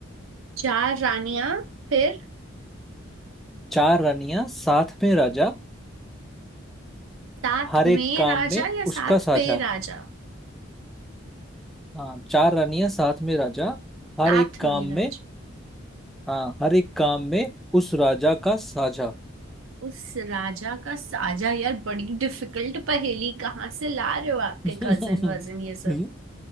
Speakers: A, on the right; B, in the centre.
A: चार रानियां फिर
B: चार रानियां साथ में राजा
A: साथ
B: हर
A: में
B: एक काम
A: राजा
B: में
A: या साथ
B: उसका साझा
A: पे राजा
B: हाँ चार रानियां साथ में राजा हर
A: साथ
B: एक काम
A: में राजा
B: में हाँ हर एक काम में उस राजा का साझा
A: उस राजा का साजा यार बड़ी डिफिकल्ट पहेली कहाँ से ला रहे हो आपके
B: <laughs>
A: कजन वजन ये सब
B: ये-